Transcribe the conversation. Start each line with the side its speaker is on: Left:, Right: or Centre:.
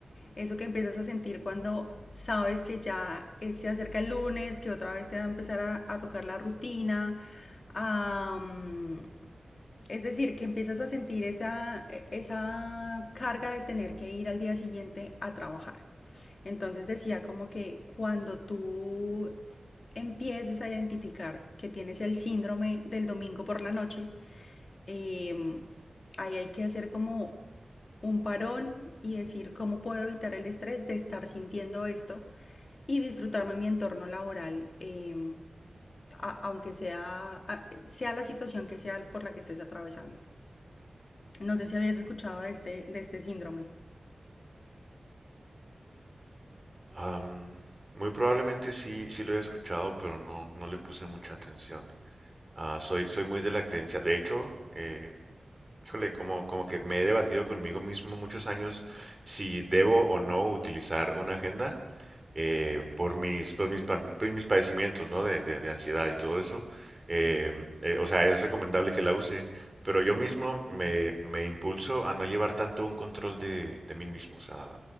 Left: eso que empiezas a sentir cuando sabes que ya eh, se acerca el lunes, que otra vez te va a empezar a, a tocar la rutina. am, es decir, que empiezas a sentir esa, esa carga de tener que ir al día siguiente a trabajar. Entonces decía como que cuando tú empieces a identificar que tienes el síndrome del domingo por la noche, eh, ahí hay que hacer como un parón y decir cómo puedo evitar el estrés de estar sintiendo esto y disfrutarme mi entorno laboral, eh, a- aunque sea, a- sea la situación que sea por la que estés atravesando. No sé si habías escuchado de este, de este síndrome.
Right: Am, muy probablemente sí, sí lo he escuchado, pero no, no le puse mucha atención. Ah, soy, soy muy de la creencia. De hecho, eh, Híjole, como, como que me he debatido conmigo mismo muchos años si debo o no utilizar una agenda eh, por mis, por mis, pa- por mis padecimientos, ¿no? De, de- de ansiedad y todo eso. Eh, eh, o sea, es recomendable que la use, pero yo mismo me, me impulso a no llevar tanto un control de, de mí mismo. O sea,